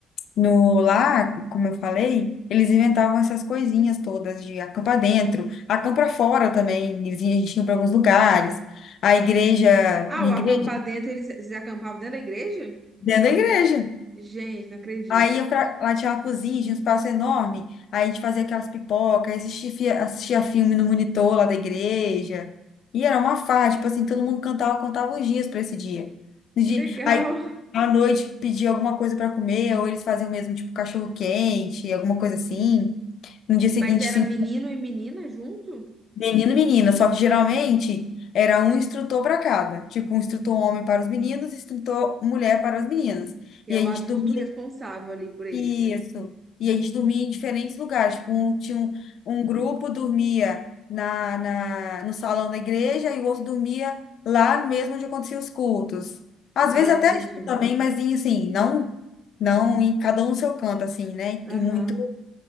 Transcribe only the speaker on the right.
Ah,
o acampar
dentro, eles, eles acampavam dentro da igreja?
Gente, não acredito.
Que
legal.
Mas era
menino e menina junto?
Que
é
o
adulto
responsável ali por eles,
né?
Ah,
entendi.
Aham.